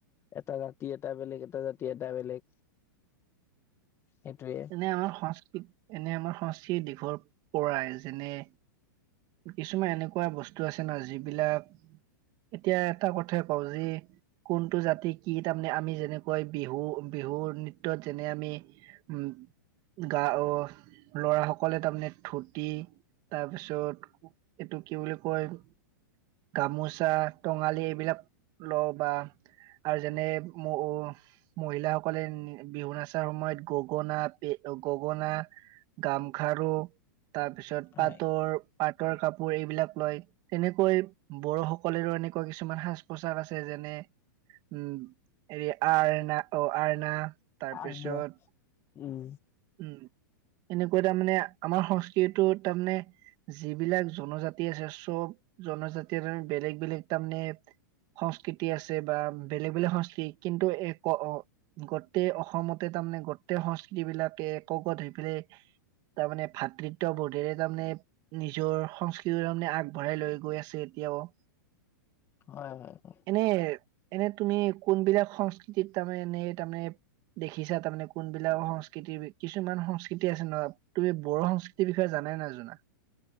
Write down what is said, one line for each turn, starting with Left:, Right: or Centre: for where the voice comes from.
Left: এটা জাতি এটা বেলেগ এটা জাতি এটা বেলেগ সেইটোয়ে।
Right: এনে আমাৰ সংস্কৃতি এনে আমাৰ সংস্কৃতিৰ দিশৰ পৰাই যেনে কিছুমান এনেকুৱা বস্তু আছে ন যিবিলাক এতিয়া এটা কথাই কওঁ যি কোনটো জাতি কি তাৰমানে আমি যেনেকৈ বিহু বিহু নৃত্যত যেনে আমি উম। গা অ ল'ৰা সকলে তাৰমানে ধুতি তাৰপিছত এইটো কি বুলি কয় গামোচা, টঙালি এইবিলাক লওঁ বা আৰু যেনে <inaudible> মহিলাসকলে বিহু নাচাৰ সময়ত গগনা পে গগনা গামখাৰু তাৰপিছত
Left: হয়
Right: পাটৰ পাটৰ কাপোৰ এইবিলাক লয়। তেনেকৈ বড়োসকলৰো এনেকুৱা কিছুমান সাজ পোছাক আছে যেনে উম এৰি আৰনা অ আৰনা। তাৰপিছত
Left: আৰ দিয়া উম
Right: উম এনেকৈ তাৰমানে আমাৰ সংস্কৃতিটো তাৰমানে যিবিলাক জনজাতি আছে চব জনজাতিয়ে তাৰমানে বেলেগ বেলেগ তাৰমানে, সংস্কৃতি আছে বা বেলেগ বেলেগ সংস্কৃতি কিন্তু এ ক অ, গটে অসমতে তাৰমানে গটে সংস্কৃতি বিলাকে একগোট হৈ পেলাই, তাৰমানে ভ্ৰাতৃত্ব বোধেৰে তাৰমানে, নিজৰ সংস্কৃতিটো তাৰমানে আগবঢ়াই লৈ গৈ আছে এতিয়াও।
Left: হয় হয় হয়।
Right: এনে এনে তুমি কোনবিলাক সংস্কৃতিত তাৰমানে এনে তাৰমানে। দেখিছা তাৰমানে কোনবিলাক সংস্ক সংস্কৃতি কিছুমান সংস্কৃতি আছে নহয় তুমি বড় সংস্কৃতিৰ বিষয়ে জানা নাজনা?